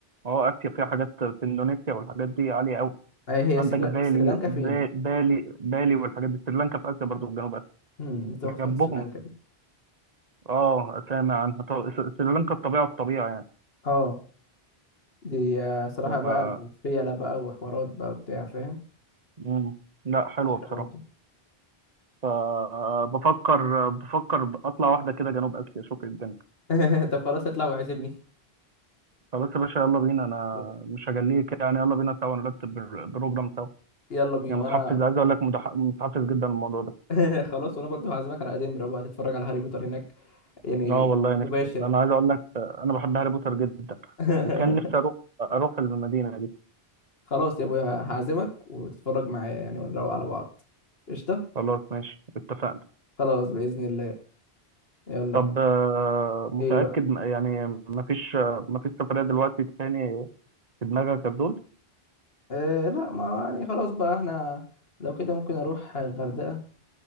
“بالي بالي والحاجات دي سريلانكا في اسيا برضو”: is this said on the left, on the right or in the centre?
Right